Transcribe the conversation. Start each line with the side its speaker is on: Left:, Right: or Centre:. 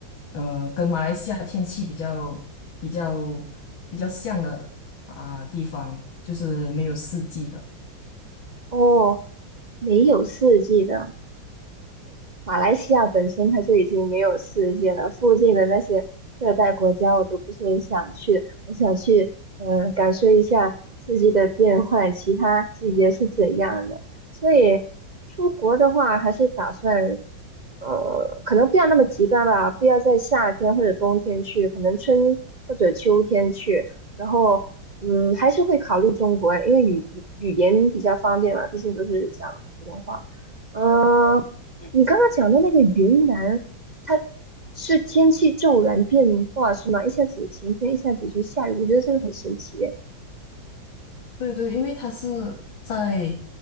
Left: 呃，跟马来西亚天气比较比较比较像的啊、地方，就是没有四季的。
Right: 哦，没有四季的。马来西亚本身它就已经没有世界了，附近的那些热带国家我都不是很想去，我想去嗯、呃感受一下四季的变换，其他季节是怎样的。所以出国的话，还是打算呃，可能不要那么极端吧，不要在夏天或者冬天去，可能春或者秋天去，然后。嗯，还是会考虑中国，因为语语言比较方便嘛，毕竟都是讲普通话。嗯，你刚刚讲的那个云南，它是天气骤然变化是吗？一下子晴天，一下子就下雨，我觉得这个很神奇耶
Left: 对对，因为他是在